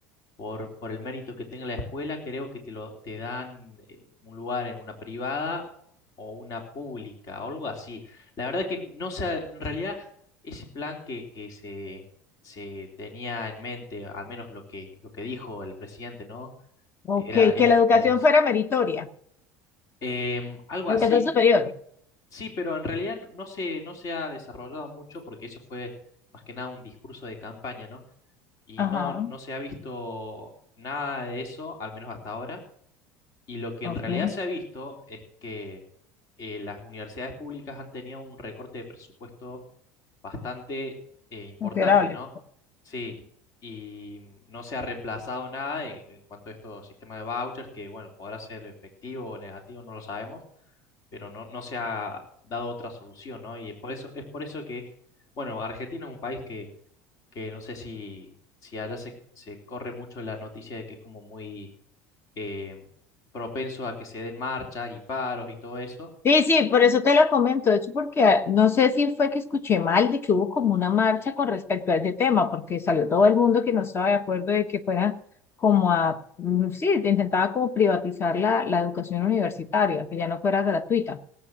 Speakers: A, on the left (about 50°); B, on the left (about 30°).
A: por, por el mérito que tenga la escuela, creo que te lo, te dan eh, un lugar en una privada o una pública, o algo así. La verdad que no sé, en realidad ese plan que, que se, se tenía en mente, al menos lo que, lo que dijo el presidente, ¿no? Era,
B: Ok,
A: era,
B: que la educación
A: era eso.
B: fuera meritoria,
A: Em, algo
B: la
A: así,
B: Educación superior.
A: sí, pero en realidad no no se, no se ha desarrollado mucho porque eso fue más que nada un discurso de campaña, ¿no? Y
B: Ajá.
A: no, no se ha visto nada de eso, al menos hasta ahora. Y lo que
B: ok,
A: en realidad se ha visto es que eh, las universidades públicas han tenido un recorte de presupuesto bastante eh, importante,
B: considerable.
A: ¿no? Sí, y no se ha reemplazado nada en, en cuanto a estos sistemas de vouchers, que bueno, podrá ser efectivo o negativo, no lo sabemos, pero no, no se ha dado otra solución, ¿no? Y es por eso, es por eso que, bueno, Argentina es un país que, que no sé si, si allá se, se corre mucho la noticia de que es como muy eh, propensos a que se den marchas y paros y todo eso.
B: Sí, sí, por eso te lo comento. De hecho, porque ah, no sé si fue que escuché mal de que hubo como una marcha con respecto a ese tema, porque salió todo el mundo que no estaba de acuerdo de que fuera como a, mm, sí, intentaba como privatizar la, la educación universitaria, que ya no fuera gratuita.